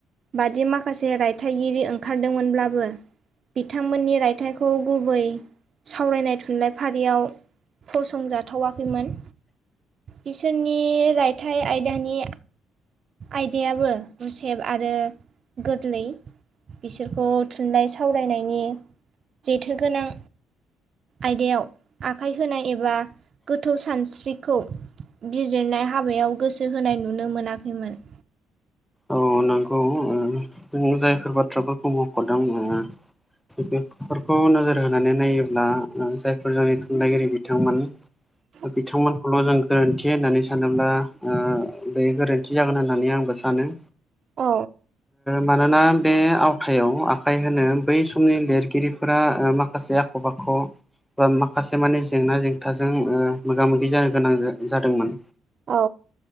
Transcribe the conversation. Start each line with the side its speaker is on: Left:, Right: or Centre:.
Right: बादि माखासे रायथाइगिरि ओंखारदोंमोनब्लाबो बिथांमोननि रायथाइखौ गुबै सावरायनाय थुनलाइ फारि याव फसंजाथावाखैमोन। बिसोरनि रायथाइ आयदानि आयदायाबो गुसेब आरो गोरलै। बिसोरखौ थुनलाइ सावरायनायनि जेथोगोनां आयदायाव आखाइ होनाय एबा गोथौ सानस्रिखौ बिजिरनाय हाबायाव गोसो होनाय नुनो मोनाखैमोन।
Centre: औ नंगौ ओ जायफोर बाथ्राफोरखौ मख'दों। बेफोरखौ नोजोर होनानै नायोब्ला जायफोर जोंनि थुनलाइगिरि बिथांमोन
Right: <inaudible>
Centre: बिथांमोन सल' जों गोरोन्थि होननानै सानोब्ला बे गोरोन्थि जागोन होननानै आंबो सानो।
Right: औ
Centre: मानोना बे आवथायाव आखाइ होनो बै समनि लिरगिरिफोरा माखासे आख' बाख' बा माखासे माने जेंना जेंथाजों मोगा मोगि जानो गोनां जादोंमोन।
Right: औ